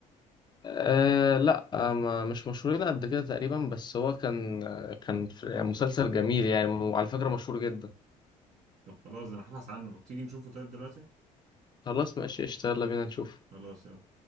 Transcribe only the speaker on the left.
أه لا آه، ما مش مشهورين قد كده تقريبا بس هو كان آه، كان في- يعني مسلسل جميل يعني وعلى فكرة مشهور جدا
خلاص ماشي اشتغل بينا نشوف